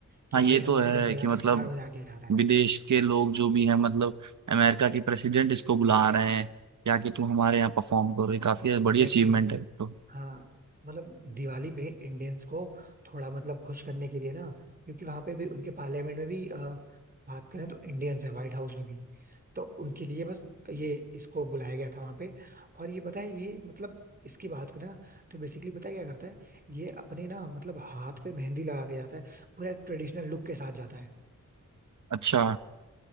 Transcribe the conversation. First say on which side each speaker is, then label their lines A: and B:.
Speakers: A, on the right; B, on the right.
A: कि
B: हाँ
A: व्हाइट
B: ये
A: हाउस
B: तो है
A: में बंदा जाके
B: कि मतलब
A: सितार बजा के आ रहा है
B: विदेश के लोग जो भी हैं मतलब अमेरिका के प्रेसिडेंट इसको बुला रहे हैं या कि तुम हमारे यहाँ परफॉर्म करो ये काफी
A: एग्जैक्टली
B: बड़ी अचीवमेंट है तो
A: हाँ मतलब दिवाली पे इंडियंस को थोड़ा मतलब खुश करने के लिए ना क्योंकि वहां पे भी उनके पार्लियामेंट में भी अ, बात करें तो इंडियंस है व्हाइट हाउस में भी तो उनके लिए बस ये इसको बुलाया गया था वहां पे और ये पता है ये मतलब इसकी बात करें ना तो बेसिकली पता है क्या करता है ये अपने ना मतलब हाथ पे मेहंदी लगा के जाता है पूरा ट्रेडिशनल लुक के साथ जाता है
B: अच्छा